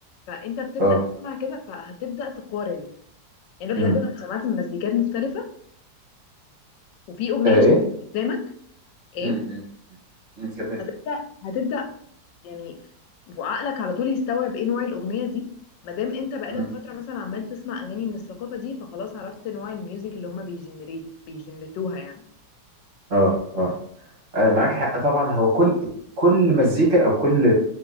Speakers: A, on the left (about 75°); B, on the right (about 45°).
A: فانت بتبدا
B: اه
A: تسمع كده فهتبدا تقارن يعني انت
B: امم
A: بجد لو سمعت مزيكات مختلفه وفي اغنيه
B: آه، ايه
A: قدامك ايه
B: امم امم امم كمل
A: هتبدأ هتبدأ يعني وعقلك على طول يستوعب ايه نوع الأغنية دي ما دام انت بقالك
B: امم
A: فترة مثلا عمال تسمع أغاني من الثقافة دي فخلاص عرفت نوع الميوزك اللي هما بيجنريت بيجنريتوها يعني
B: اه اه آه، معاك حق طبعا هو كل كل مزيكا او كل